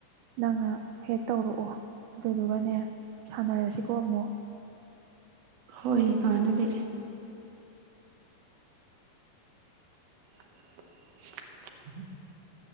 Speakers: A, on the right; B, on the right.
A: ꯅꯪꯅ ꯍꯦꯛ ꯇꯧꯔꯛꯑꯣ ꯑꯗꯨ ꯑꯗꯨꯒꯅꯦ ꯁꯥꯟꯅꯔꯁꯤꯀꯣ ꯑꯃꯨꯛ
B: ꯍꯣꯏ ꯄꯥꯟꯗꯗꯤ <inaudible>